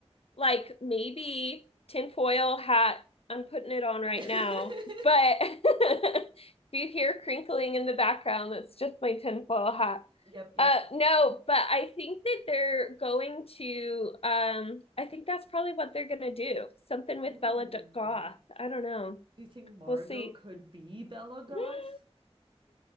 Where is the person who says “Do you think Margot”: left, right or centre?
Right